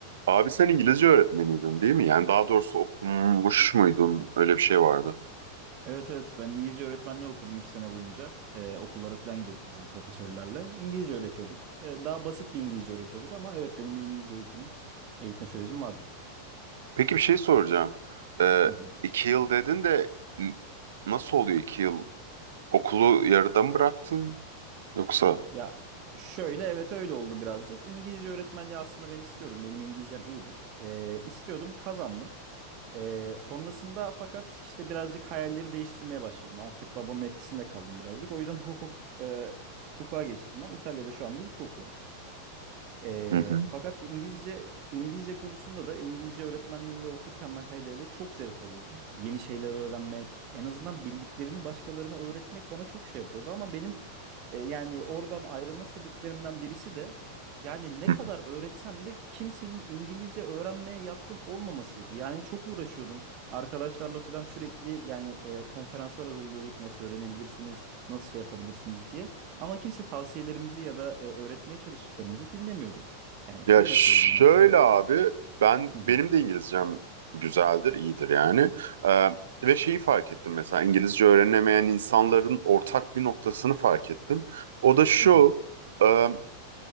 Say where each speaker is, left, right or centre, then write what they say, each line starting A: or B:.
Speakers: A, on the right (about 60°); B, on the right (about 40°).
A: Abi sen İngilizce öğretmeniydin değil mi? Yani daha doğrusu okumuş muydun? Öyle bir şey vardı.
B: Evet evet ben İngilizce öğretmenliği okudum iki sene boyunca. Ee, okullara falan gidiyorduk bizim profesörlerle. İngilizce öğretiyorduk. Ee, daha basit bir İngilizce öğretiyorduk ama evet benim bir İngilizce eğitim, eğitme sürecim vardı.
A: Peki bir şey soracağım. Ee,
B: Hı hı.
A: iki yıl dedin de n- nasıl oluyor iki yıl? Okulu yarıda mı bıraktın? Yoksa?
B: Ya şöyle evet öyle oldu birazcık. İngilizce öğretmenliği aslında ben istiyordum. Benim İngilizcem iyidir. Ee, istiyordum kazandım. Ee, sonrasında fakat işte birazcık hayalleri değiştirmeye başladım. Artık babamın etkisinde kaldım birazcık. O yüzden hukuk e, hukuka geçtim ben. İtalya'da şu anda hukuk okuyorum. Ee,
A: Hı hı.
B: fakat İngilizce İngilizce konusunda da İngilizce öğretmenliğinde okurken ben hele hele çok zevk alıyordum. Yeni şeyler öğrenmek, en azından bildiklerini başkalarına öğretmek bana çok şey yapıyordu ama benim e, yani oradan ayrılma sebeplerimden birisi de yani ne
A: Hı.
B: kadar öğretsem de kimsenin İngilizce öğrenmeye yatkın olmamasıydı. Yani çok uğraşıyordum. Arkadaşlarla falan sürekli yani e, konferanslar hazırlıyorduk. Nasıl öğrenebilirsiniz, nasıl şey yapabilirsiniz diye. Ama kimse tavsiyelerimizi ya da e, öğretmeye çalıştıklarımızı dinlemiyordu. Yani
A: Ya
B: şöyle
A: şöyle
B: söyleyeyim ben sana.
A: abi ben
B: Hı hı,
A: benim de İngilizcem güzeldir, iyidir yani. Ee, ve şeyi fark ettim mesela İngilizce öğrenemeyen insanların ortak bir noktasını fark ettim. O da şu.
B: hı hı,
A: e,